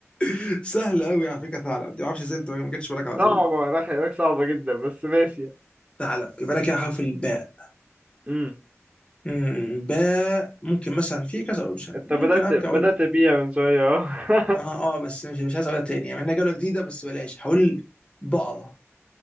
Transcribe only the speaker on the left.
<laughs> سهله قوي على فكره ثعلب دي ما اعرفش ازاي انت ما جتش بالك على
طول
ثعلب يبقى انا كده حرف الباء
امم باء ممكن مثلا في كذا اوبشن
ممكن
ارجع
اقول
اه
اه بس مش مش عايز اقولها تاني يعني انا جوله جديده بس بلاش هقول بقره